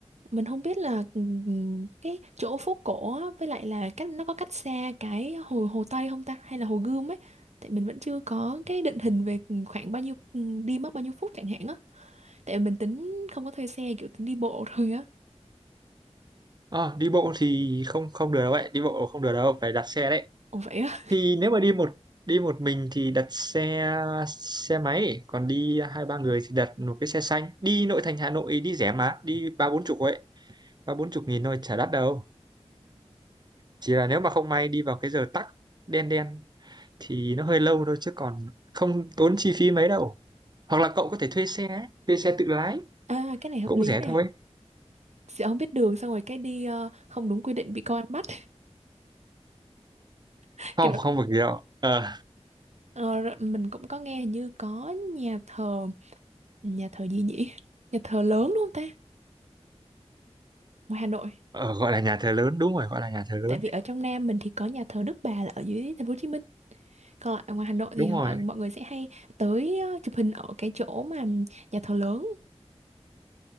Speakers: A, on the right (about 80°); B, on the right (about 40°).
A: mình không biết là ừm, cái chỗ phố cổ á, với lại là cách nó có cách xa cái hồ hồ Tây không ta hay là hồ Gươm ấy tại mình vẫn chưa có cái định hình về khoảng bao nhiêu ừm, đi mất bao nhiêu phút chẳng hạn á tại vì mình tính không có thuê xe kiểu tính đi bộ thôi á
B: Ờ, đi bộ thì không không được đâu vậy đi bộ không được đâu phải đặt xe đấy
A: ồ vậy á
B: thì nếu mà đi một đi một mình thì đặt xe xe máy còn đi hai ba người thì đặt một cái xe xanh đi nội thành Hà Nội đi rẻ mà đi ba bốn chục ấy ba bốn chục nghìn thôi chả đắt đâu chỉ là nếu mà không may đi vào cái giờ tắc đen đen thì nó hơi lâu thôi chứ còn không tốn chi phí mấy đâu hoặc là cậu có thể thuê xe ấy, thuê xe tự lái
A: à cái này hợp
B: cũng
A: lý
B: rẻ
A: nè
B: thôi
A: sẽ không biết đường xong rồi cái đi ờ, không đúng quy định bị công an bắt <laughs>
B: không
A: cái đó
B: không
A: cũng-
B: được gì đâu ờ
A: ờ, rồi mình cũng có nghe hình như có nhà thờ nhà thờ gì nhỉ nhà thờ lớn đúng không ta ngoài Hà Nội
B: ờ, gọi là nhà thờ lớn đúng rồi gọi là nhà thờ lớn
A: tại vì
B: đấy.
A: ở trong Nam mình thì có nhà thờ Đức Bà là ở dưới thành phố Hồ Chí Minh còn lại ở ngoài Hà Nội
B: đúng
A: thì họ
B: rồi
A: mọi người sẽ hay tới ờ, chụp hình ở cái chỗ mà nhà thờ lớn